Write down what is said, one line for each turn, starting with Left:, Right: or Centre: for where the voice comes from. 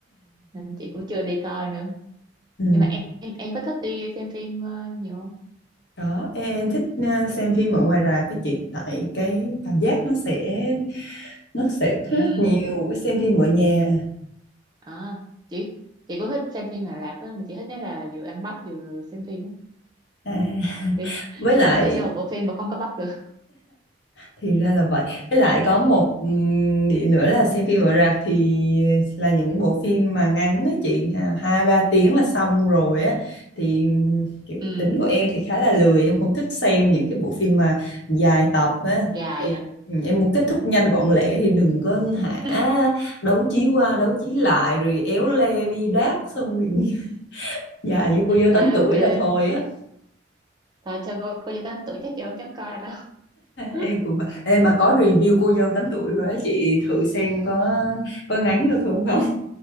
Right: nên chị cũng chưa đi coi nữa
Left: ừ.
Right: nhưng mà em em, em có thích đi xem phim ờ, nhiều không
Left: đó em thích uh, xem phim ở ngoài rạp với chị tại cái cảm giác nó sẽ nó sẽ khác
Right: ừ
Left: nhiều với xem phim ở nhà
Right: à chị chị cũng thích xem phim Ả Rập á mà chị thích nói là vừa ăn bắp vừa xem phim á
Left: à. <laughs>
Right: chị,
Left: với lại
Right: chị không thể xem một bộ phim mà không có bắp được
Left: thì ra là vậy với lại có một ừm, điểm nữa là xem phim ở rạp thì là những bộ phim mà ngắn á chị à, hai ba tiếng là xong rồi á thì ừm, kiểu
Right: ừ
Left: tính của em thì khá là lười em không thích xem những cái bộ phim mà dài tập á
Right: dài
Left: thì
Right: hả
Left: ừ, em muốn kết
Right: ừ
Left: thúc nhanh gọn lẹ thì đừng có hả
Right: <laughs>
Left: đấu trí qua đấu trí lại rồi éo le bi đát xong rồi <laughs> già như cô dâu tám
Right: à
Left: tuổi
Right: ok
Left: là thôi á
Right: thôi cho cô cô vô tám tuổi chắc chị không dám coi đâu <laughs>
Left: em cũng vậy. Ê, mà có review cô dâu tám tuổi rồi á chị thử xem có có ngắn được không không